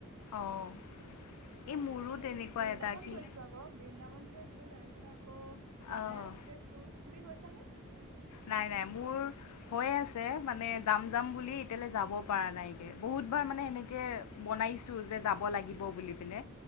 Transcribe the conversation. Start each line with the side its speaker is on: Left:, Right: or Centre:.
Left: অ' এই মোৰো
Right: অহ হেৰি
Left: তেনেকুৱা
Right: বৃন্দাবন
Left: এটা কি
Right: গৈছো আকৌ বৃন্দাবন গৈছো। <unintelligible> আকৌ বানাৰস
Left: অ'
Right: গৈছো। তুমি গৈছানে?
Left: নাই নাই মোৰ হৈ আছে মানে যাম যাম বুলি এতিয়ালৈ যাব পৰা নাইকে বহুতবাৰ মানে সেনেকে বনাইছোঁ যে যাব লাগিব বুলি পিনে।